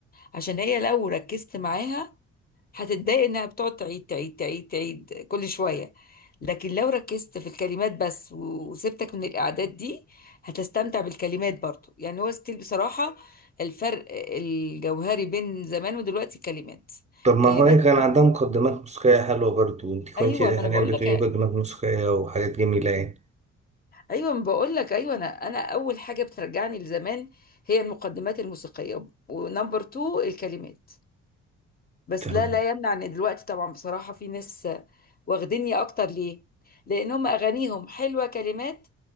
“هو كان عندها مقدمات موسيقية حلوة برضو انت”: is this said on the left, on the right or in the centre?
Right